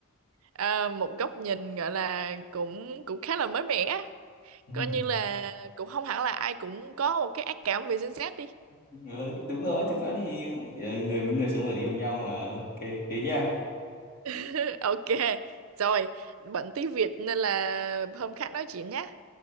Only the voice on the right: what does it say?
à, một góc nhìn gọi là cũng cũng khá là mới mẻ
coi như là cũng không hẳn là ai cũng có một cái ác cảm về Gen Z đi
<laughs> Ok, rồi, bận tí việc nên là hôm khác nói chuyện nhé.